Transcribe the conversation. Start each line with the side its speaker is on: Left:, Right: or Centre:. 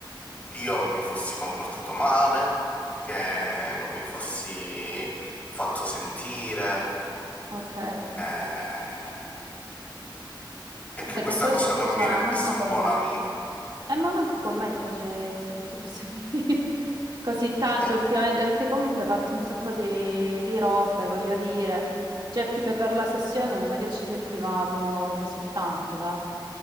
Left: io mi fossi comportato male, che non mi fossi fatto sentire,
Right: ok.
Left: eh, e
Right: Vabbè,
Left: che questa
Right: che poi
Left: cosa
Right: scusa,
Left: non mi rendesse
Right: manco
Left: un
Right: con
Left: buon
Right: me.
Left: amico.
Right: Eh, ma manco con me ti, face... ti sei fatto pessimi <laughs> così tanto
Left: Eh,
Right: ultimamente, perché comunque hai fatto un sacco di... di robe, voglio dire. Cioè, più che per la sessione non è che ci sentivamo così tanto, va?